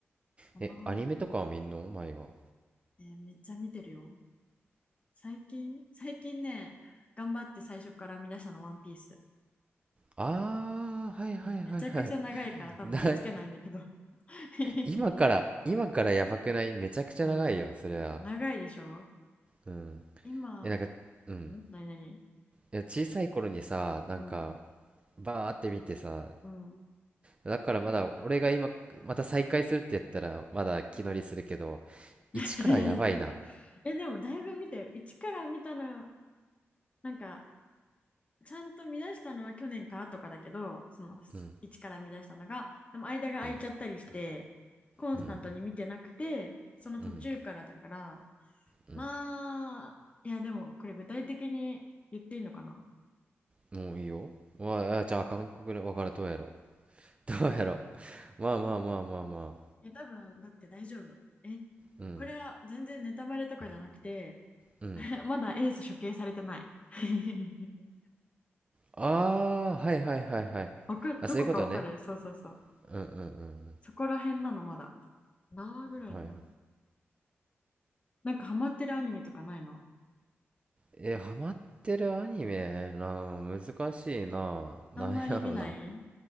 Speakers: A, on the left; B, on the right.
A: かな。
B: え、アニメとかは見んの前は。
A: えーめっちゃ見てるよ。最近、最近ね、頑張って最初から編み出したの、ワンピース。
B: あーはいはいはいはい。
A: めちゃくちゃ長いから多分追いつけないんだけど
B: <laughs> な、
A: <laughs>。
B: 今から、今からやばくないめちゃくちゃ長いよ、
A: うん、
B: そりゃ。
A: 長いでしょ
B: うん。
A: 今、
B: え、なんか、うん。
A: ん何何
B: いや、小さい頃にさ、なんか、
A: うん、
B: バーって見てさ、
A: うん
B: だからまだ、俺が今、また再会するってやったら、まだ気乗りするけど、
A: <laughs>。
B: 一からやばいな。
A: え、でもだいぶ見てよ、一から見たら、なんか、ちゃんと見出したのは去年からとかだけど、その、
B: うん、
A: 一から見出したのが、でも間が空いちゃったりして、
B: うん、
A: コンスタントに見てなくて、
B: うん、
A: その途中からだから、
B: うん、うん。
A: まあ、いや、でも、これ具体的に言っていいのかな
B: もういいよ。まあ、じゃあ、韓国語わからん、どうやろう。どうやろう。まあまあまあまあまあ。
A: いや、多分、だって大丈夫。え、
B: うん、
A: これは全然ネタバレとかじゃなくて、
B: うん。
A: <laughs> まだエース処刑されてない。<laughs>
B: ああ、はいはいはいはい。
A: わかる、
B: あ、
A: どこかわかるそうそうそう。
B: そういうことね。うんうんうん
A: そこら辺なの、まだ。何話ぐらいだろう。
B: うん。はいはい。
A: なんかハマってるアニメとかないの
B: え、ハマってるアニメなあ、難しいなあ。
A: あんまり見ない
B: なんやろな。